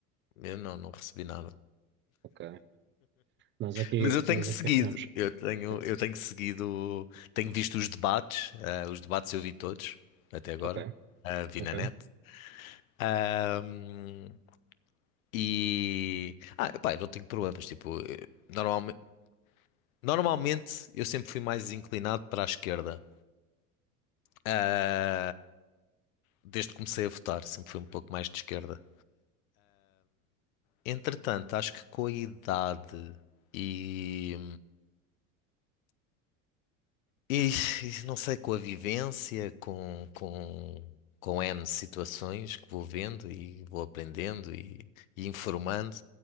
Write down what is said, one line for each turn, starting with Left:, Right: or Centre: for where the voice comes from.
Left: eu não, não recebi nada.
Right: Ok. Nós aqui,
Left: Mas eu tenho
Right: nós
Left: seguido,
Right: aqui recebemos.
Left: eu tenho,
Right: É,
Left: eu tenho seguido, tenho visto os debates, eh, os debates eu vi todos até agora,
Right: Ok,
Left: eh, vi
Right: ok.
Left: na net. Um, e. Ah, pá, eu não tenho problemas. Tipo, normalmente, normalmente eu sempre fui mais inclinado para a esquerda. Ah, Desde que comecei a votar, sempre fui um pouco mais de esquerda. Entretanto, acho que com a idade e. e, e não sei, com a vivência, com, com, com N situações que vou vendo e vou aprendendo e, e informando,